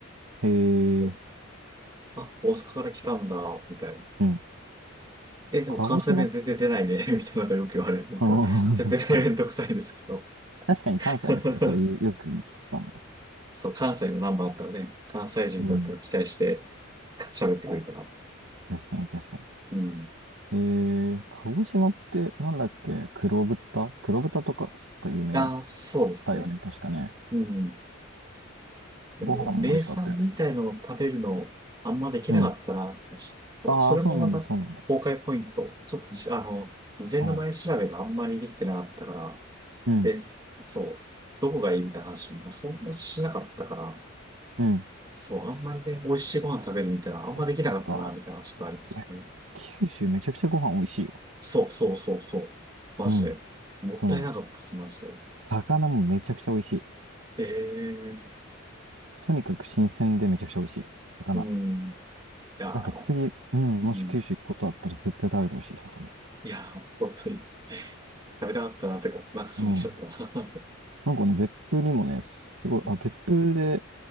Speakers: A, on the right; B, on the right.
A: へ
B: そう。
A: え。
B: あ、大阪から来たんだ、みたいな。
A: うん。
B: え、でも関西弁全然出ないね、
A: 鹿児島
B: <laughs> みたいなのがよく言われる。
A: <laughs>
B: なんか、
A: ああ、なるほど
B: 説明めんどくさいんですけど。
A: 確かに関西の人それよよく聞くかも。
B: <laughs> そう、関西のナンバーあったので、関西人だったら期待して
A: うんん。
B: 喋ってくるから。
A: 確かに確かに。
B: うん。
A: えー、鹿児島ってなんだっけ黒豚黒豚とかが有名だっ
B: ああ、そうですね。
A: たよね、確かね。
B: うん。でも、
A: ご飯も美味しかったよね。
B: 名産みたいのを食べるの、あんまできなかったな。
A: うん。
B: ちょっと、
A: ああ、
B: それもまた、
A: そうなんだ、そうなんだ。
B: 崩壊ポイント。ちょっとじ、あの、事前の前調べがあんまりできてなかったから、
A: うん。うん。
B: で、すそう、どこがいいみたいな話もそんなしなかったから、
A: うん。
B: そう、あんまりね、美味しいご飯食べるみたいな、あんまできなかったな、
A: そっか。
B: みたいな、ちょっとありますね。
A: いや、九州めちゃくちゃご飯美味しいよ。
B: そうそうそうそう。マジで。
A: うん。あ
B: もったいなかったっす、
A: とね、
B: マジで。
A: 魚もめちゃくちゃ美味しい。
B: ええ
A: とにかく新鮮でめちゃくちゃ美味しい。魚。
B: うん。いやー、
A: なんか次、うん、もし九州行くことあったら絶対食べてほしい魚。
B: うん。いやー、本当に。<laughs> 食べたかったな、てか、なんか過ぎちゃったな。
A: うん。
B: <laughs>
A: なんかね、別府にもね、すごい、
B: うん
A: あ、別府で